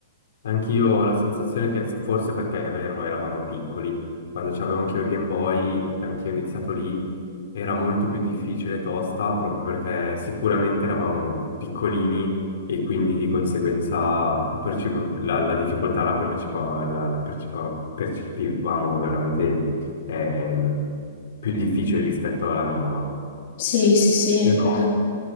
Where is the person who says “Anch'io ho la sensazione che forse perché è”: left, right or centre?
Left